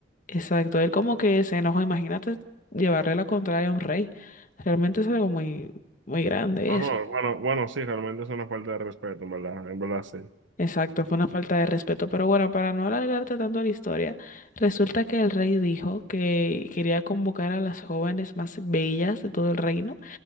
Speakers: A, on the left (about 45°); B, on the right (about 90°).
A: Exacto, él como que se enojó, imagínate llevarle la contraria a un rey. Realmente es algo muy, muy grande
B: Ah,
A: eso.
B: no, bueno, bueno, sí, realmente es una falta de respeto, en verdad, en verdad, sí.
A: Exacto, fue una falta de respeto. Pero bueno, para no alargarte tanto la historia, resulta que el rey dijo que quería convocar a las jóvenes más bellas de todo el reino